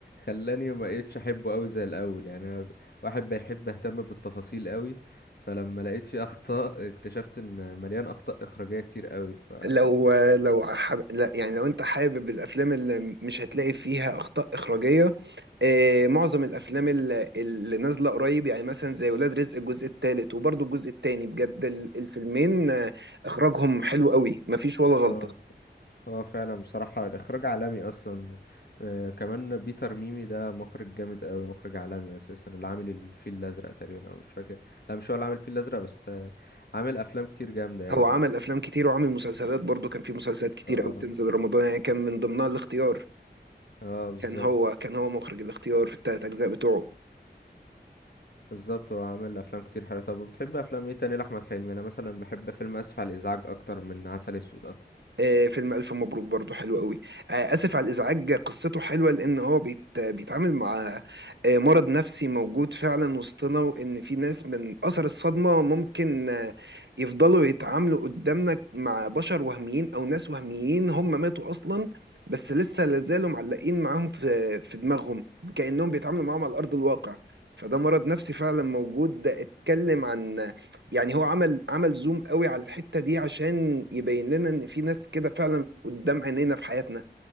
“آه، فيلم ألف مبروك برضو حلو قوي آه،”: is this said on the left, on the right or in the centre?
Right